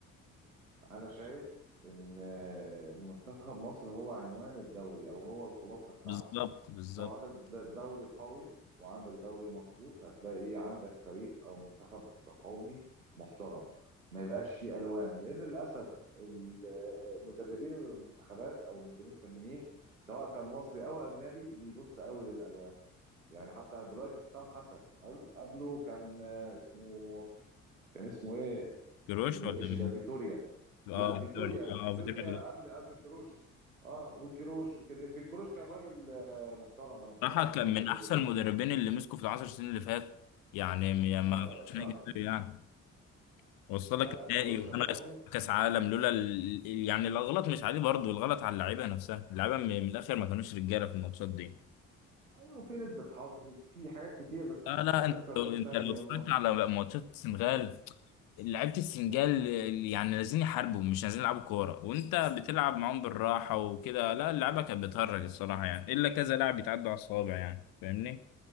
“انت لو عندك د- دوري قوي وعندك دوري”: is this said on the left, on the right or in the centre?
Right